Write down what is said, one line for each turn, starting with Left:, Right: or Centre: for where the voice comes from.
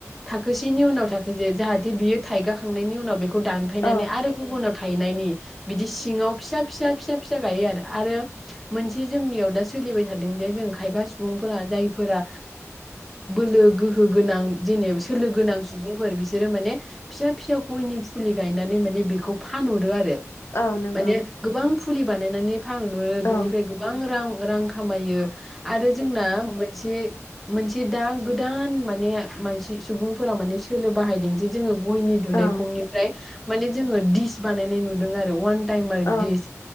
Centre: थाखोसेनि उनाव थाखोसे जाहाथे बियो थाइगाखांनायनि उनाव बे खौ दानफैनानै
Left: औ
Centre: आरो गुबुनाव थायनायनि बिदि सिङाव फिसा फिसा फिसा फिसा गायो आरो आरो मोनसे जोंनियाव दा सोलिबाय थादों जे जों खायफा सुबुंफोरा जायफोरा बोलो गोहो गोनां जेने सोलो गोनां सुबुंफोर बिसोरो माने फिसा फिसा गयनि फुलि गायनानै माने बेखौ फानहरो आरो
Left: औ नंगौ औ नंगौ
Centre: माने गोबां फुलि बानायनानै फानहहरो
Left: औ
Centre: बिनिफ्राय गोबां रां रां खामायो आरो जोंना मोनसे मोनसे दा गोदान माने मानसि सुबुंफोरा माने सोलो बाहायदों जे जोङो गयनि दुनायखंनिफ्राय
Left: औ
Centre: माने जोङो दिस बानायनाय नुदों आरो वान टाइमार
Left: औ
Centre: दिस